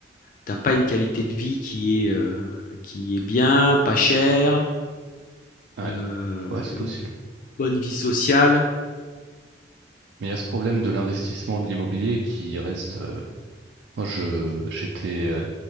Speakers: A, on the left; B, on the right.
A: t'as pas une qualité de vie qui est, heu, qui est bien, pas chère,
B: ouais,
A: heu,
B: Ouais, c'est
A: une
B: possible.
A: bonne vie sociale?
B: Mais il y a ce problème de l'investissement de l'immobilier qui reste. euh, moi, je j'étais euh,